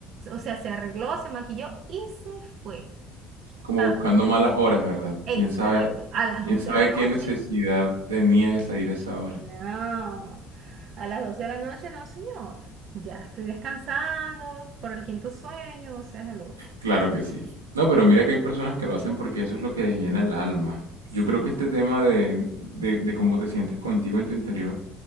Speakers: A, on the right; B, on the right.
A: o sea, se arregló, se maquilló y se fue,
B: Como
A: ¿sabes?
B: buscando malas horas, ¿verdad?
A: Exacto,
B: ¿Quién sabe,
A: a las
B: quién
A: 12
B: sabe
A: de la noche.
B: qué necesidad tenía de salir a esa hora?
A: No, a las 12 de la noche no, señor. Ya estoy descansando por el quinto sueño, o sea, hello.
B: Claro que sí. No, pero mira que hay personas que lo hacen porque eso es lo que les llena el alma.
A: Sí.
B: Yo creo que este tema de, de, de cómo te sientes contigo en tu interior